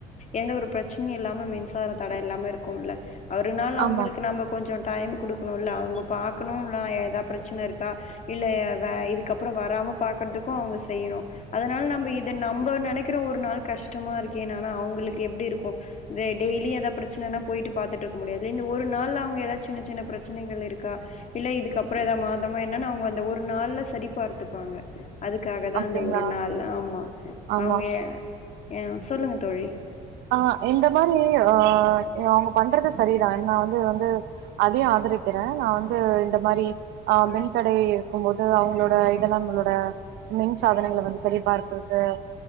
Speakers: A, on the left; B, on the right.
A: எந்த ஒரு பிரச்சனையு இல்லாம மின்சார தடை இல்லாம இருக்கும்ல்ல அவ்ரு நாள் அவ்ங்களுக்கு
B: ஆமா
A: நம்ப கொஞ்சோ டைம் குடுக்கணுல்ல அவுங்க பாக்குணுல்ல ஏதா பிரச்சன இருக் கா இல்ல ய வே இதுக்கப்புற வராம பாக்கற்துக்கு அவுங்க செய்ணு அதனால நம்ப இத நம்ப நெனக்கிற ஒரு நாள் கஷ்ட்டமா இருக்கே ஆனா அவ்ங்களுக்கு எப்டி இருக்கு தே இந்த டெய்லி எதா பிரச்சனன்னா போயிட்டு பாத்துட்ருக்க முடியாது இந்த ஒரு நாள்ல அவ்ங்க எதா சின்ன சின்ன பிரச்சனைகள் இருக்கா இல்ல இதுக்கப்புற எதா மாதமா என்னன் அவ்ங்க அந்த ஒரு நாள்ல சரி பார்த்துப்பாங்க அதுக்காக தா
B: அப்டிங்களா
A: அந்த ஒரு நாள் ஆமா
B: ஆமா
A: அவுங்க ஏ சொல்லுங்க தோழி
B: ஆ இந்த மாரி ஆ அவுங்க பண்றது சரிதா நா வந்து வந்து அதியு ஆதரிக்கிற நா வந்து இந்த மாரி ஆ மின்தடை இருக்கும்மோது அவ்ங்ளோட இதல்லாங்குளோட மின் சாதனங்கள வந்து சரிபார்க்குற்து